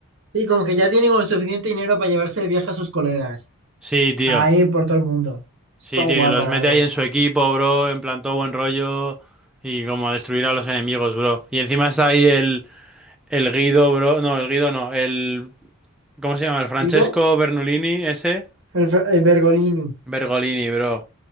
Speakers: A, on the right (about 60°); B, in the centre.
A: sí, como que ya tiene como suficiente dinero para llevarse de viaje a sus colegas,
B: Sí, tío.
A: a ir por todo el mundo. Está
B: Sí,
A: guapa
B: tío, y los
A: la
B: mete
A: dos.
B: ahí en su equipo, bro, en plan todo buen rollo y como a destruir a los enemigos, bro. Y encima está ahí el, el Guido, bro. No, el Guido no, el... ¿Cómo se llama? El Francesco
A: Digo,
B: Bernolini, ese.
A: el, Fer- el Bergolini.
B: Bergolini, bro.